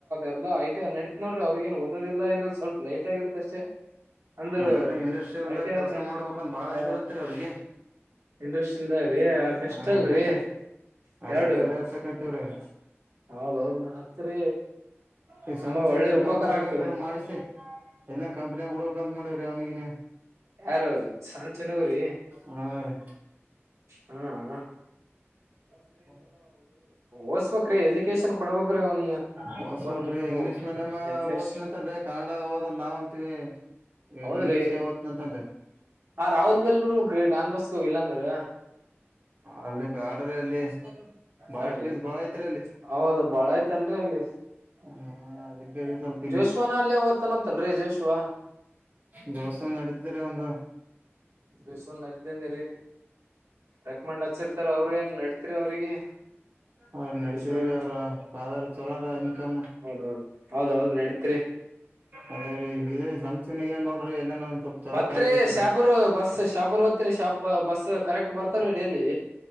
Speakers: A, on the right; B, on the right.
A: ಎಲ್ಲಾ ಐಟಿ ನಡೀತ್ ನೋಡ್ರಿ ಅವ್ರಿಗೆನ್ ಓದೋದಿಲ್ಲ ಏನಲ್ಲಿ ಸ್ವಲ್ಪ್ ಲೈಟ್ ಆಗಿರುತ್ತ ಅಷ್ಟೆ ಅಂದ್ರ
B: ಅದ್ರೀ ಇಂಡಸ್ಟ್ರಿಯಲ್ದಾಗ
A: ಐಟಿ ಆದ್ರ
B: ಕೆಲ್ಸ
A: ನಡತಿ
B: ಮಾಡ್ಬೇಕಂತ ಬಾಳ
A: ಹ
B: ಆಸೆದಂತ್ರಿ ಅವ್ರಿಗೆ
A: ಇಂಡ್ರಸ್ ಇಲ್ದ್ರೀ ಬೆಸ್ಟ್
B: ಹ್ಮ್
A: ಅಲ್ರರಿ
B: ಅದಕ್ಕೆ
A: ಯಾವಡು
B: ಅದ ಹಚ್ಚಕತಿವ್ರಿ
A: <unintelligible> ಹೌದೌದ್ನ ಹತ್ರಿ
B: ಈ
A: ತುಂಬಾ
B: ಸಣ್ಣ ಚೆನ್ನಾಗಿ
A: ಒಳ್ಳೆ ಉಪಕಾರ
B: ಕಂಪ್ಯೂಟರ್ಗೆ
A: ಆಗ್ತದೆ
B: ಗಿಮ್ ಪ್ಯೂಟರ್ ಮಾಡಿಸಿ ಎಲ್ಲ ಕಂಪ್ನಿಯಾಗ ಬಿಡಬೇಕ್ ಅಂತ ಮಾಡವ್ರೀ ಅವನಿಗೆ ನೀ
A: ಯಾರು ಸಣ್ಣ ಚನವ್ರಿ
B: ಹ ರಿ
A: ಹಾ ಹಾ
B: <inaudible>
A: ಓದ್ಸ್ಬೇಕ್ರಿ ಎಜುಕೇಶನ್ ಕೊಡ್ಬೇಕ್ರಿ ಒಂದ್
B: ಹೊಸ್ಕ
A: ಒಂದ್
B: ರ ಇಂಗ್ಲಿಷ್ ಮೇಡಮ
A: ಎಟ್ಲೀಸ್ಟ್
B: ಓದ್ ಅಂತನ್ೇ <unintelligible> ಕನ್ನಡ ಓದಂತ ನಾವ್ ಅಂತೀವಿ ಈ
A: ಹೌದ್ರಿ
B: ಇಂಗ್ಲೀಷ್ ಒತ್ನ ಅಂತ ಅಂತೆ <inaudible>
A: ಆ ರಾಹುಲ್ ಬಲ್ ಬಿಡ್ಬೇಕ್ರಿ ಡಾನ್ ಬಸ್ಕೋ ಇಲ್ಲಾಂದ್ರ
B: ಅಲ್ಲಿ ಬ್ಯಾಡ್ರ ಅಲ್ಲಿ ಬಾಳ
A: ಬ್ಯಾಡ್ರಿ
B: ಫೀಸ್ ಬಾಳ್ ಐತ್ರಿ ಅಲ್ಲಿ
A: ಹೌದ ಬಾಳ ಐತನ್ರಿ ಅಲ್ಲಿ
B: ಹ್ಮ್ ಅದಿಕೆ ಸ್ವಲ್
A: ಜೋಶ್ವನ ಅಲ್ಲೇ ಓದ್ತಂನಂತಲ್ರಿ ಜೋಶ್ವ
B: ದಿವಸ ನಡಿತ್ರಿ ಅವನ್ದು
A: <unintelligible> ದಿವ್ ಒಂದ್ ನಡ್ದನ್ಿ ರೀ ರೆಕಮಂಡ್ ಹಚಿರ್ತಾರ ಅವ್ರ ಏನ್ ನಡತಿರಿ ಅವ್ರಿಗೆ
B: ಅವ್ರ ನಡತಿದೀರಿ
A: ಜೋಶ್ವಾಗ
B: ಅವ್ರ ಫಾದರ್ ಚಲೋ ಅದ ಇನ್ಕಮ್ <unintelligible> <inaudible>
A: ಹೌದೌದು ಹೌದೌದ್ ನಡೀತ್ರಿ
B: ಅದೇ ರೀ ಇದೇಶ ಸಂಚನೆಗೆ ನೋಡ್ರಿ ಎಲ್ಲನ ಸ್ವಲ್ಪ ಚಲೋ
A: ಮತ್ತರಿ
B: ಕಾಲೇಜ್ ಇದ್ದಾರ
A: ಶಾಪೂರ್ ಬಸ್ ಶಾಪೂರ್ ಹೊತ್ರಿ ಶಾಪ್ ಬಸ್ ಕರೆಕ್ಟ್ ಬರ್ತಾರೀ ಡೇಲಿ